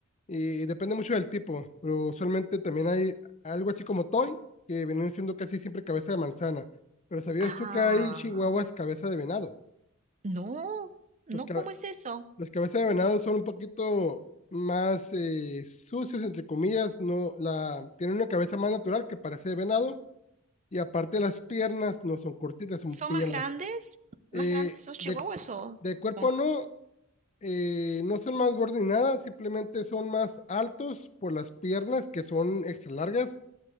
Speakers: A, on the left; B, on the right.
A: y depende mucho del tipo, pero usualmente también hay algo así como toy, que vienen siendo casi siempre cabeza de manzana. Pero ¿sabías
B: Ah,
A: tú que hay chihuahuas cabeza de venado?
B: no, no,
A: Los, ca-
B: ¿cómo es eso?
A: los cabezas de venado son un poquito más eh, sucios, entre comillas, no, la, tienen una cabeza más natural que parece de venado Y aparte las piernas no son cortitas, son
B: ¿Son
A: piernas.
B: más grandes? ¿Más
A: Eh,
B: grandes esos
A: de,
B: chihuahuas o
A: de cuerpo
B: como-
A: no, eh, no son más gordos ni nada, simplemente son más altos por las piernas que son extra largas